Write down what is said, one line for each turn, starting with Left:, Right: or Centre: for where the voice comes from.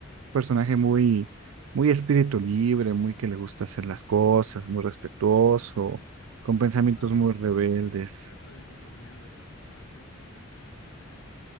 Right: personaje muy, muy espíritu libre, muy que le gusta hacer las cosas, muy respetuoso, con
Left: Es
Right: pensamientos
Left: esta,
Right: muy rebeldes.
Left: esta dicotomía de personajes, el este,